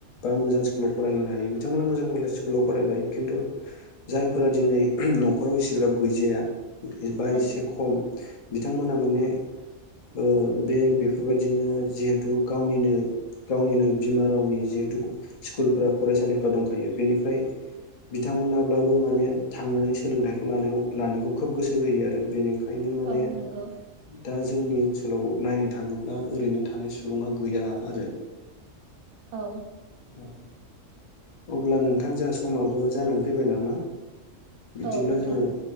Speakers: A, on the left; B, on the right.
A: बा मोजां स्कुलाव फरायहोनो हायो बिथां बिथांमोना मोजां कलेज स्कुलाव फरायबाय खिन्थु जायफोरा दिनै नखराव इसेग्राब गैजाया बा
B: औ
A: एसे खम बिथांमोना माने ओ बे बेफोरबायदि नो जिहेतु गावनिनो गावनिनो बिमा रावनि जिहेतु स्कुलफोरा फरायसालि फोर दंखायो बेनिफ्राय बिथांमोनाब्लाबो माने थांनानै सोलोंथाइखौ लानायाव लानायखौ खोब गोसो होयो आरो बेनि खायनो माने
B: औ नंगौ
A: दा जोंनि ओनसोलाव नायनो थाङोब्ला ओरैनो थानाय सुबुा गैया आरो
B: औ
A: औ अब्ला नोंथां जोंहा समाबो जानानै फैबाय नामा बिदिब्ला
B: औ नोंथां
A: जोङो?